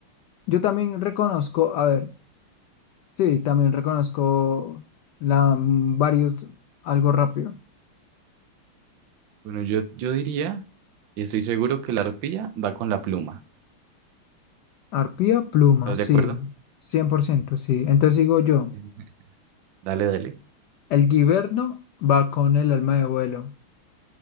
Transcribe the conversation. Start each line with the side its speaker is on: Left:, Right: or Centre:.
Left: Yo también reconozco, a ver, sí, también reconozco la, mm, varios, algo rápido.
Right: Bueno, yo, yo diría, y estoy seguro que la arpía va con la pluma.
Left: Arpía, pluma,
Right: ¿Estás
Left: sí,
Right: de acuerdo?
Left: 100%, sí. Entonces digo yo,
Right: <laughs> Dale, dale.
Left: el guiberno va con el alma de vuelo.